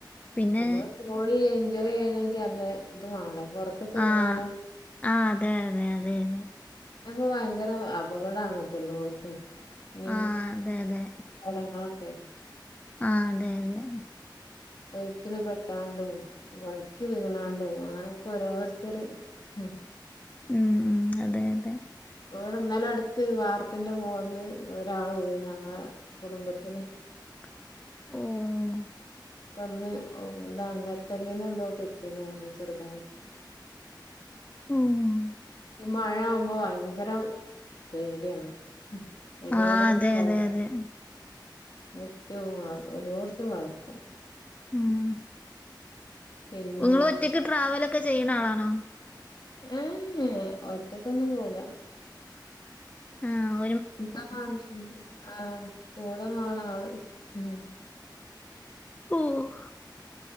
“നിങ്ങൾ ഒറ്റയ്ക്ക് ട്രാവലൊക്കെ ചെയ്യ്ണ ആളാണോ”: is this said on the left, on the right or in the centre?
Left